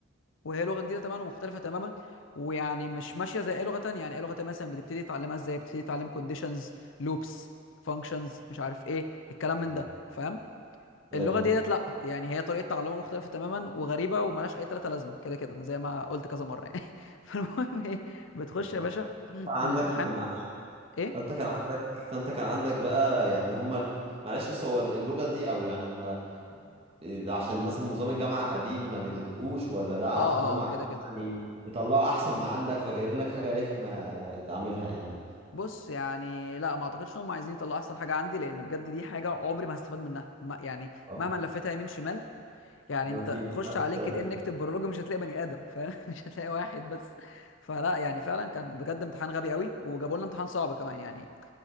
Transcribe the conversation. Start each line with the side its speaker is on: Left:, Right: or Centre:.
Left: وهي لغه جديده تماما ومختلفه تماما ويعني مش ماشيه زي اي لغه تانية يعني اي لغه تانية مثلا بتبتدي تتعلمها ازاي بتبتدي تتعلم كونديشنز لوبس فانكشنز مش عارف ايه الكلام من
Right: مم.
Left: ده فاهم اللغه
Right: ايوه
Left: ديت لا يعني هي طريقه تعلمها مختلفه تماما وغريبه وملهاش اي تلاته لازمه كده كده زي ما قلت كذا مره يعني <laughs> فالمهم ايه بتخش
Right: فانت
Left: يا باشا <clears throat>
Right: عندك
Left: الامتحان
Right: معلش
Left: ايه
Right: فانت كان عندك فانت كان عندك بقى يعني هم معلش بس هو اللغه دي او يعني هم إيه، عشان مثلا نظام الجامعه قديم ما جددوهوش ولا ده
Left: اه
Right: عشان
Left: اه
Right: هم
Left: اه
Right: عايزين
Left: كده كده
Right: مثلا ي- يطلعوا احسن ما عندك فجايبين لك حاجه رخمه تعملها يعني
Left: بص يعني لا ما اعتقدش ان هم عايزين يطلعوا احسن حاجه عندي لان بجد دي حاجه عمري ما هستفاد منها ما يعني
Right: اه
Left: مهما لفتها يمين شمال يعني
Right: ما
Left: انت
Right: في
Left: خش
Right: ماشي
Left: على لينكد
Right: 30
Left: ان اكتب برولوج مش هتلاقي بني ادم فاهم <laughs> مش هتلاقي واحد بس فلا يعني فعلا كان بجد امتحان غبي قوي وجابوا لنا امتحان صعب كمان يعني